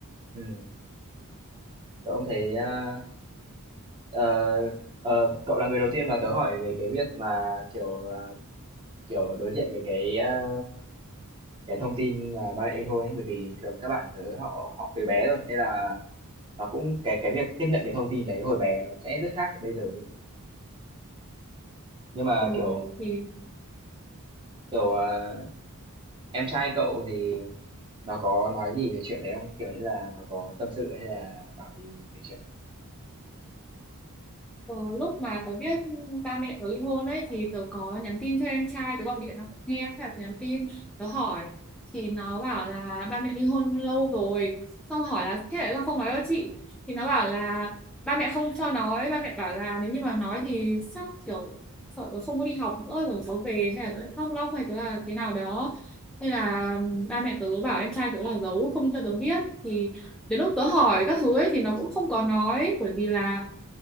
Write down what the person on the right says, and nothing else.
Ừm, tớ cũng thấy, ờ, Ờ, ờ, cậu là người đầu tiên mà tớ hỏi về cái việc mà kiểu à, kiểu đối diện với cái à, cái thông tin là ba mẹ thôi ấy, bởi vì thường các bạn tớ họ họ từ bé rồi nên là nó cũng cái cái việc tiếp nhận cái thông tin đấy hồi bé nó sẽ rất khác với bây giờ ấy nhỉ. Nhưng mà
kiểu
kiểu à, em trai cậu thì nó có nói gì về chuyện đấy không? Kiểu như là nó có tâm sự hay là bảo gì về chuyện đấy không?